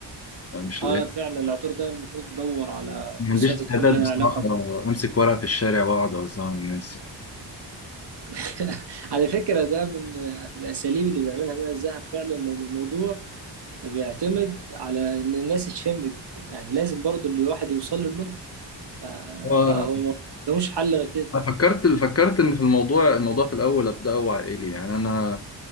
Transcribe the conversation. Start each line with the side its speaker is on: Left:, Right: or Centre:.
Left: آه، مش
Right: اه
Left: لاقي
Right: فعلا العطور ده المفروض تدور على
Left: ما
Right: كورسات
Left: عنديش استعداد
Right: تكون لها
Left: بصراحه
Right: علاقة
Left: امسك ورقه في الشارع واقعد اوزعها على الناس يعني
Right: <laughs> على فكرة ده من الأساليب اللي بيعملها ماء الذهب فعلا لأن الموضوع بيعتمد على إن الناس تشمك يعني لازم برضو إن الواحد يوصل له المنتج ف...
Left: هو
Right: فهو ما ملوش حل غير كده
Left: أنا فكرت فكرت ان في الموضوع الموضوع في الاول ابداه عائلي يعني انا